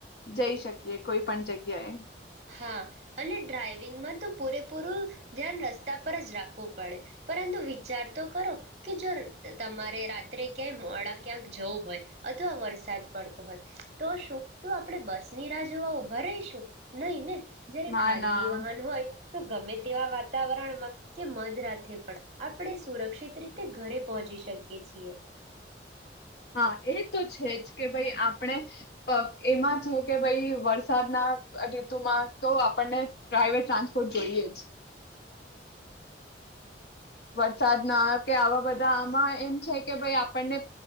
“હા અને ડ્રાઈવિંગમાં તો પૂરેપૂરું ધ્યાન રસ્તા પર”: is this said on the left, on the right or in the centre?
Right